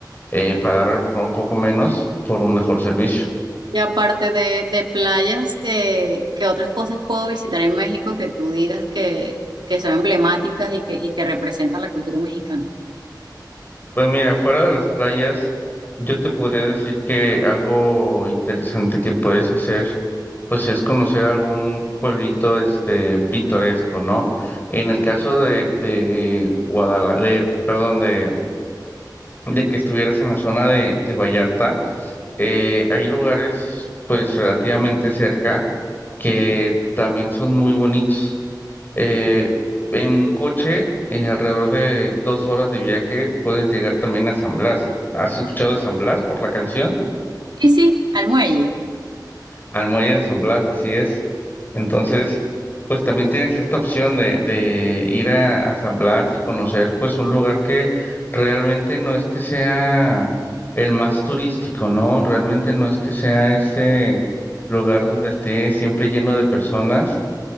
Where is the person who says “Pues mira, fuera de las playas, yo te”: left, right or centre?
Left